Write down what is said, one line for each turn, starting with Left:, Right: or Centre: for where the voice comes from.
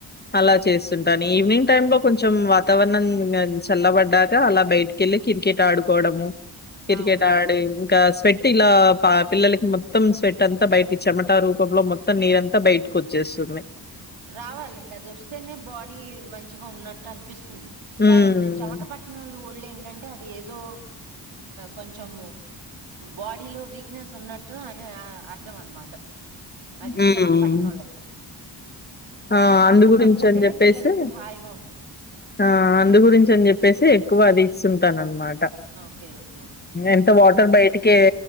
Left: అలా చేస్తుంటాను ఈవినింగ్ టైమ్ లో కొంచెం వాత వాతావరణం చల్లబడ్డాక అలా బయటికి వెళ్లి క్రికెట్ ఆడుకోవడము క్రికెట్
Right: అవునవును
Left: ఆడి ఇంకా స్వెట్ ఇలా పిల్లలకి మొత్తం స్వెట్ అంతా బయట చెమట రూపంలో మొత్తం నీరంతా బయటకు వచ్చేస్తుంది
Right: రావాలండి అది వస్తేనే బాడీ మంచిగా ఉన్నట్టు అనిపిస్తుంది
Left: హ్మ్.
Right: లేక చెమట ప పట్నోలు ఒళ్ళు ఏంటంటే అది ఏదో కొంచెం బాడీలో వీక్నెస్ ఉన్నట్టు అ అర్థం అన్నమాట అది
Left: హ్మ్.
Right: చెమట పట్టనోళ్ళకి
Left: ఆ
Right: చెమట
Left: అందు గురించి
Right: పడుతుంటేనే
Left: అని చెప్పేసి
Right: పిల్లలకి హాయిగా ఉంటుంది
Left: ఆ అందు గురించి అని చెప్పేసి ఎక్కువ అది ఇస్తుంటానన్న మాట
Right: ఓకే ఓకే
Left: ఎంత వాటర్
Right: ఉమ్,
Left: బయటికి